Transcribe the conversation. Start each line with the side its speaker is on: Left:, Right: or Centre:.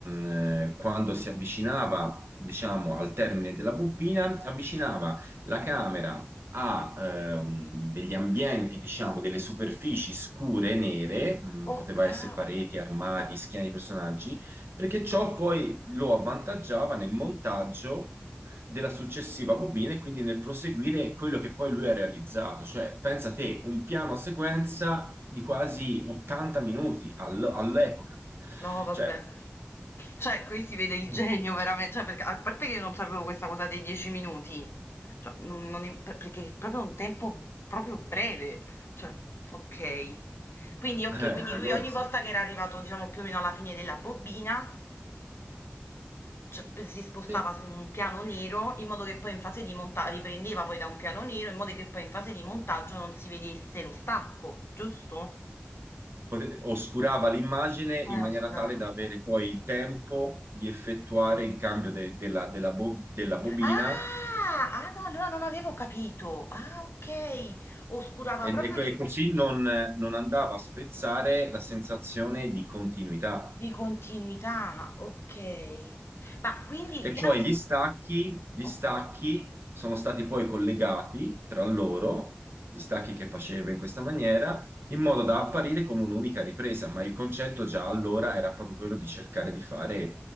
Right: eh, quando si avvicinava, diciamo, al termine della bobina, avvicinava la camera a eh, un- degli ambienti, diciamo, delle superfici scure, nere, mh,
Left: oc
Right: poteva essere
Left: ah.
Right: pareti, armadi, schiene di personaggi, perché ciò poi lo avvantaggiava nel montaggio della successiva bobina e quindi nel proseguire quello che poi lui ha realizzato. Cioè, pensa te, un piano sequenza di quasi 80 minuti all- all'epoca.
Left: No vabbè.
Right: Cioè,
Left: Cioè, qui si vede il
Right: eh,
Left: genio veramente, cioè perché a parte che io non sapevo questa cosa dei 10 minuti, cioè, non- non- per- perché è proprio un tempo proprio breve, cioè, ok. Quindi, ok,
Right: allora
Left: quindi lui ogni
Right: sì.
Left: volta che era arrivato, diciamo, più o meno alla fine della bobina, cioè, p- si spostava
Right: Sì,
Left: su un piano nero in modo che poi in fase di montaggio, riprendeva poi da un piano nero in modo che poi in fase di montaggio non si vedesse lo stacco, giusto?
Right: Pote- Oscurava l'immagine in
Left: Eh,
Right: maniera
Left: oscurava.
Right: tale da avere poi il tempo di effettuare il cambio de- della, della bo- della bobina
Left: Ah! Ah no, allora non avevo capito. Ah okay, oscurava
Right: e,
Left: proprio
Right: e co-
Left: di
Right: e così non, non andava a spezzare la sensazione di continuità.
Left: di continuità, okay. Ma quindi
Right: E
Left: il piano
Right: poi
Left: si
Right: gli stacchi, gli stacchi
Left: oka
Right: sono stati poi collegati tra loro, gli stacchi che faceva in questa maniera, in modo da apparire come un'unica ripresa, ma il concetto già allora era proprio quello di cercare di fare